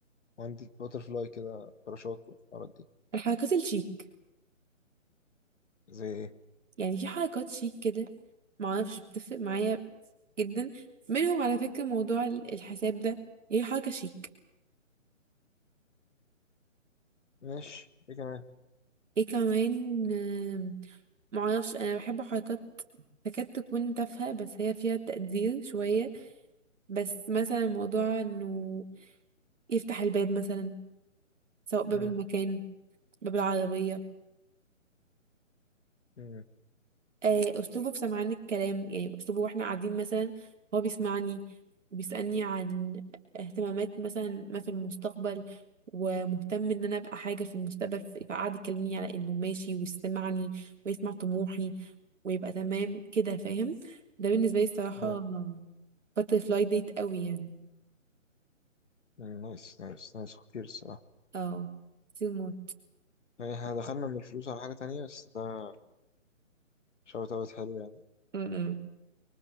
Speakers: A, on the left; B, on the right.
A: وعندك باترفلاي كده باراشوت والحوارات دي
B: الحركات الشيك
A: زي ايه
B: يعني في حركات شيك كده ما اعرفش بتفرق معايا جدا منهم على فكرة موضوع ال- الحساب ده هي حركة شيك
A: ماشي ايه كمان
B: ايه كمان آه ما اعرفش انا بحب حركات تكاد تكون تافهة بس هي فيها تقدير شوية بس مثلا موضوع انه يفتح الباب مثلا سواء باب
A: مم.
B: المكان باب العربية
A: مم.
B: آه، اسلوبه في سمعان الكلام يعني اسلوبه واحنا قاعدين مثلا هو بيسمعني وبيسألني عن اهتمامات مثلا ما في المستقبل ومهتم ان انا ابقى حاجه في المستقبل ف- فقعد يكلمني على انه ماشي ويسمعني ويسمع طموحي ويبقى تمام كده فاهم ده بالنسبه لي الصراحه
A: إيه ده
B: باتر فلاي ديت قوي يعني
A: مم. نايس نايس نايس خطير الصراحة
B: اه كتير موت
A: يعني احنا دخلنا من الفلوس على حاجة تانية بس ده شوت اوت حلو يعني
B: م- م.